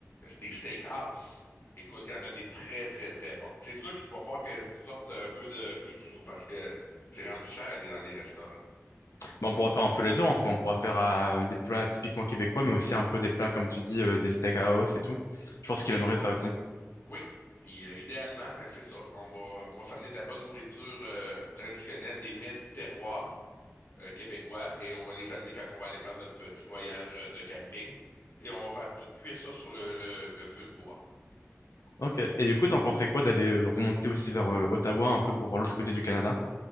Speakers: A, on the left; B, on the left.
A: Des steakhouse. Écoute, il y en a des très, très, très bons. C'est sûr qu'il va falloir que tu sortes un peu de, peu de sous parce que c'est rendu cher aller dans les restaurants.
B: Bah, on pourra faire un peu les deux, en fait. On pourra faire euh, des plats typiquement québécois, mais aussi un peu des plats, comme tu dis, euh, des steakhouse et tout. Je pense
A: Oui,
B: qu'il aimerait ça aussi.
A: oui. Puis euh, idéalement, ben, c'est ça. On va, on va s'amener de la bonne nourriture euh, traditionnelle, des mets du terroir euh, québécois, et on va les amener quand on va aller faire notre petit voyage euh, de camping. Et on va faire tout cuire ça sur le, le- le feu de bois.
B: Ok. Et du coup, t'en pensais quoi d'aller euh, remonter aussi vers euh, Ottawa, un peu pour voir l'autre côté du Canada?